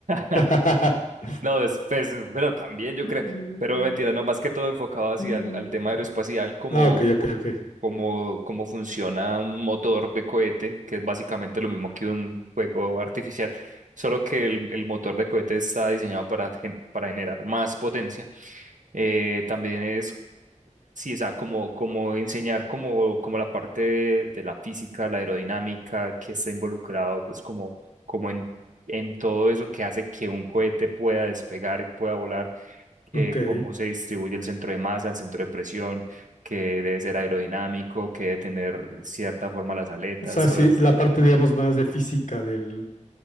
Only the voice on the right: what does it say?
ya.
No, después, bueno, también yo
creo, pero mentira, no, más que todo enfocado hacia
al al tema aeroespacial, como,
como, como funciona un motor de cohete, que es básicamente lo mismo que un fuego artificial, solo que el, el motor de cohete está diseñado para, gen- para generar más potencia. Eh, también es Sí, o sea, como, como enseñar como, como la parte de, de la física, la aerodinámica, que está involucrado, pues como, como en, en todo eso que hace que un cohete pueda despegar y pueda volar, que
cómo se distribuye el centro de masa, el centro de presión, que debe ser aerodinámico, que debe tener cierta forma las aletas,
o es-